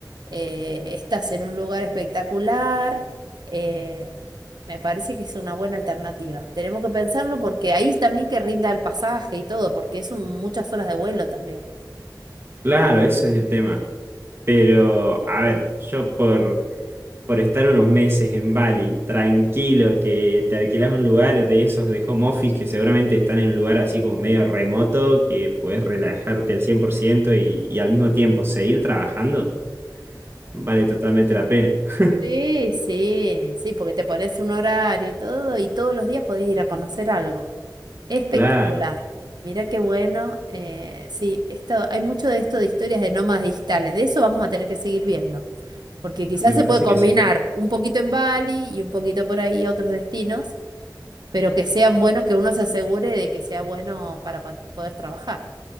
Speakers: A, on the right; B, on the right.
A: eh, estás en un lugar espectacular, eh, me parece que es una buena alternativa. Tenemos que pensarlo porque ahí también que rinda el pasaje y todo, porque es muchas horas de vuelo también.
B: Claro, eso es el tema. Pero, a ver, yo por, por estar unos meses en Bali, tranquilo, que te alquilas un lugar de esos de home office que seguramente están en un lugar así como medio remoto, que puedes relajarte al 100% y, y al mismo tiempo seguir trabajando. Vale totalmente la pena. <laughs>
A: Sí, sí, sí, porque te pones un horario y todo, y todos los días podés ir a conocer algo. Espectacular.
B: Claro,
A: Mira qué bueno. eh, sí, esto, hay mucho de esto de historias de nómadas digitales. De eso vamos a tener que seguir viendo. Porque quizás
B: me
A: se
B: parece
A: puede combinar
B: que sí.
A: un poquito en Bali y un poquito por ahí otros destinos, pero que sean buenos, que uno se asegure de que sea bueno para pa- poder trabajar.